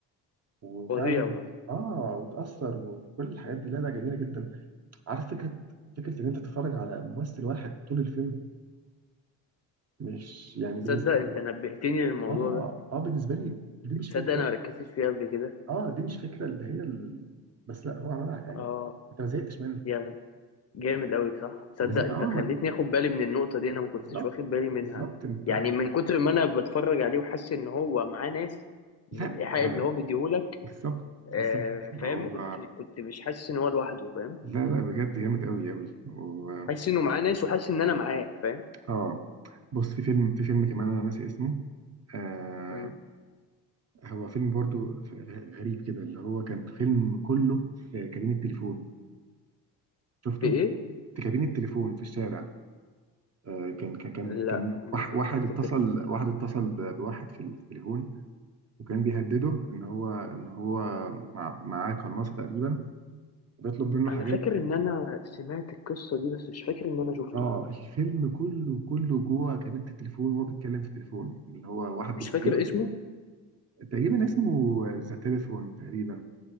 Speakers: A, on the right; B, on the left.
A: وفعلا
B: فظيع برضه.
A: اه وتاثر وكل الحاجات دي لا لا جميله جدا عارف فكره فكره ان انت تتفرج على ممثل واحد طول الفيلم مش يعني بالنسبه
B: تصدق انت
A: لي
B: نبهتني للموضوع
A: اه
B: ده
A: اه بالنسبه لي دي مش
B: تصدق
A: فكره
B: انا ما ركزتش فيه قبل كده
A: اه دي مش فكره اللي هي ال... بس لا هو عملها يعني
B: اه
A: انت ما زهقتش منه
B: جامد جامد قوي صح تصدق
A: ما زهق
B: انت
A: اه ما...
B: خليتني اخد بالي من النقطة دي انا ما كنتش
A: بالظبط
B: واخد بالي منها
A: بالظبط انت
B: يعني من كتر ما انا بتفرج عليه وحاسس ان هو معاه ناس من
A: لا
B: الايحاء
A: آه،
B: اللي هو مديهولك
A: بالظبط
B: آه
A: بالظبط هو
B: فاهم ما كنت كنت مش حاسس ان هو لوحده فاهم
A: لا لا بجد جامد قوي قوي و...
B: حاسس انه معاه ناس وحاسس ان انا معاه فاهم
A: اه بص في فيلم في فيلم كمان انا ناسي اسمه آه
B: مم.
A: هو فيلم برضو غ- غريب كده اللي هو كان فيلم كله في كابين التليفون شفته
B: في ايه
A: في كابين التليفون في الشارع آه كان كان كان
B: لا
A: كان
B: ما
A: وح- واحد
B: افتكرش
A: اتصل واحد اتصل ب- بواحد في التليفون وكان بيهدده ان هو ان هو مع معاه قناصة تقريبا وبيطلب منه
B: انا
A: حاجات
B: فاكر ان انا سمعت القصه دي بس مش فاكر ان انا شفته
A: اه الفيلم كله كله جوه كابينة التليفون وهو بيتكلم في التليفون اللي هو واحد
B: مش
A: بيهدده
B: فاكر اسمه
A: تقريبا اسمه ذا تليفون تقريبا